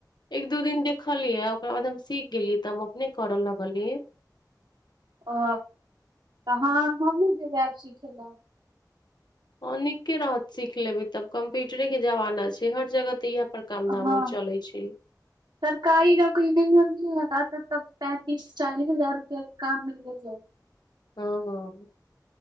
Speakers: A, on the left; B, on the right.
A: एक दू दिन देखलियै ओकरा बाद हम सीख गेलियै तऽ हम अपने करऽ लगली
B: ओ त हमूँ जेबय आब सीखेल
A: हँ नीके रहत सीख लेबै तब कम्प्यूटरे के जमाना छै हर जगह तऽ इएह पर काम धामो
B: हँ
A: चलै छै
B: <inaudible> सरकारी नौकरी नहि म तब पैंतीस चालीस हजार रुपआ के काम मिले छै <inaudible>
A: हँ हँ